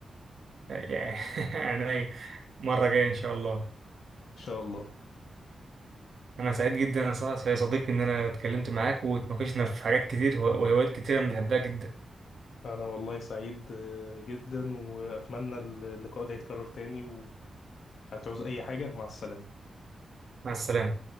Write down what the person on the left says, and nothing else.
شاء الله
انا والله سعيد آه، جدا واتمنى اللقاء ده يتكرر تاني وهتعوز اي حاجة مع السلامة